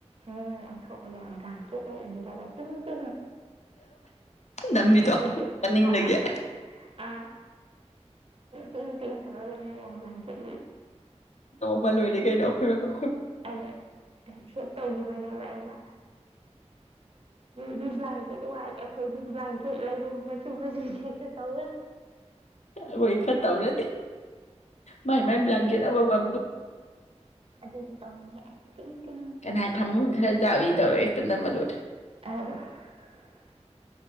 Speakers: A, on the right (about 55°); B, on the left (about 75°).
A: ꯣꯡ ꯑꯣꯟꯊꯣꯛꯑꯒ ꯕ꯭ꯂꯥꯟꯀꯦꯠꯂ ꯏꯟꯁꯤꯜꯂꯒ ꯇꯤ ꯇꯤ
B: ꯅꯝꯕꯤꯗꯣ
A: ꯑꯗꯨ
B: ꯃꯅꯤꯡꯗꯒꯤ
A: ꯑ ꯑ ꯑ ꯑ ꯇ ꯇꯧꯔꯒꯅꯤ ꯭ꯂꯀꯦꯠ
B: ꯅꯣꯡꯃ ꯂꯣꯏꯔꯦ ꯀꯩꯅꯣ ꯑꯩꯈꯣꯏꯣꯏ
A: ꯑꯩꯅ ꯍꯦꯞ ꯇꯧꯈꯤꯕꯅꯦꯕ ꯑꯩꯅ ꯗꯤ ꯕ꯭ꯂꯥꯡꯀꯦꯠ ꯋꯥꯏꯠ ꯑꯩꯈꯣꯏꯗꯤ ꯕ꯭ꯂꯥꯡꯀꯦꯠ ꯂꯩꯔꯨ ꯃꯆꯨ ꯃꯆꯨꯗꯤ ꯍꯦꯛꯇ ꯇꯧꯋ
B: ꯑꯣꯏꯣꯏ ꯈ ꯇꯧꯔꯗꯤ ꯃꯥꯏ ꯃꯥꯥꯏꯕ꯭ꯂꯒꯦꯗꯗ
A: ꯑꯗꯩ
B: ꯒ
A: ꯑꯗꯨꯏꯁꯨ ꯇꯧꯅꯤꯡꯉꯦ ꯑꯩ ꯏꯦꯡꯤ
B: ꯀꯅꯥꯥꯏ ꯐꯃꯨꯡ ꯈꯔ ꯆꯥꯕ ꯇꯧꯔꯒꯦ ꯍꯦꯛꯇ ꯅꯃ ꯂꯣꯦ
A: ꯑ